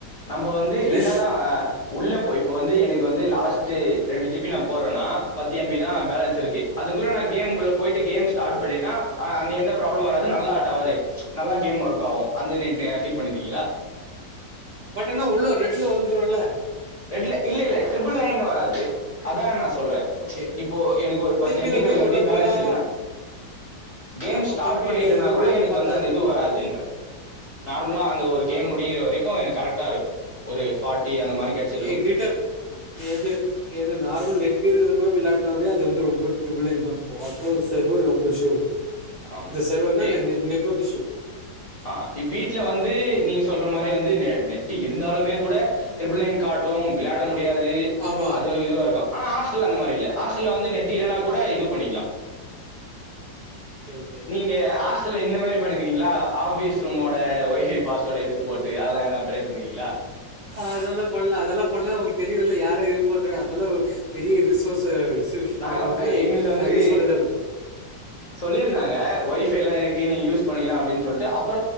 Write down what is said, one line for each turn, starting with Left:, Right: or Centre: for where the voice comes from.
Left: நம்ப வந்து
Right: இது
Left: என்ன தா அ உள்ளப் போய் இப்போ வந்து எனக் வந்து லாஸ்ட் டு ரெண்டு ஜு பி நா போற்றன்னா பத்து எம் பி தா பேலன்ஸ் இருக்கு அதுக்குள்ள நா கேம்குள்ள பொய்ட்டு கேம் ஸ்டாரனட் பண்ணிட்டா அந்த எந்த ப்ராபுளமு வராது நல்லா டவரு நல்லா கேம் ஒர்க் ஆவு <unintelligible> ஃபீல் பண்ணிருக்கீங்ளா
Right: பட் ஆனா உள்ள ரெட்ல வந்துரூல
Left: ரெட்ல இல்ல இல்ல ட்ரிபிள் நைன்னு வராது அதான நா சொல்றே
Right: ஓகே
Left: ச்ச் இப்போ எனக்கு ஒரு பத்து
Right: எம்பில
Left: எம்பி இருவது
Right: போய்
Left: எம்பி
Right: உள்ள
Left: பேலன்ஸ்
Right: போனா
Left: இருக்குனா கேம்
Right: அதான் பத்து
Left: ஸ்டாட்
Right: எம்பி
Left: பண்ணிட்டனா
Right: இருபது எம்பி
Left: கூட
Right: எல்லாம்
Left: எனக்கு
Right: பத்தாது
Left: வந்து அந்த இது வராதுன்ற நார்மலா அந்த ஒரு
Right: ஆ
Left: கேம் முடியுற வரைக் <unintelligible> எனக் கரெக்டா இருக்கூ ஒரு பாட்டி அந்தமாரி <unintelligible>
Right: ஏன் கிட்ட எது எது நார்மல் நெட் இருக்கிற <unintelligible> விளாட்னாவே அது வந்து ரொம்ப டிரிபிள் நைன்தா <unintelligible> அவ்ளோ சர்வர் ரொம்ப இஸ்யூ இருக்கூ
Left: ஆமா.
Right: அந்த சர்வர்னா
Left: எ
Right: இந்த ந நெட்வொர்க் இஸ்யூ
Left: ஆ வீட்ல வந்து நீங்க சொல்ற மாரி வந்து ந நெட்டு இருந்தாலுமே கூட ட்ரிபிள் நைன் காட்டு விளாட முடி யாது
Right: ஆமா
Left: அது இதுவா இருக்கூ ஆனா ஹாஸ்ட்ல்ல அந்த மாரில்ல ஹாஸ்டல்ல வந்து நெட் இல்லன்னா கூட இதுவ் பண்ணிக்கலா
Right: ஓகே ஓகே
Left: நீங்க ஹாஸ்டல்ல இந்த மாரி பண்ணிருக்கீங் டிங்ளா ஆஃபீஸ் ரூமோட ஒய்ஃபை பாஸ்வேர்டு எடுத் த்து போட்டு அதெல்லா யாராவ்து ட்ரை பண்ணிருக்கீங்ளா
Right: அதெல்லாம் பண்ணல அதெல்லாம் பண்ணா அவங்களுக்கு தெரியூல்ல யாரா யூஸ் பண்றாங்க அதெல்லா பெரிய ரிசோர்ஸ் இஷ்யூ
Left: நாங்க
Right: ஒரு ஒன்று
Left: அ எங்கள்ட்ட வந்து
Right: நான் யூஸ் பண்ணதில்ல
Left: சொல்லிருந்தாங்க ஒய்ஃபைலா இருக்கு நீங்க யூஸ் பண்ணிக்லா அப்டின் சொல்ட்டு அப்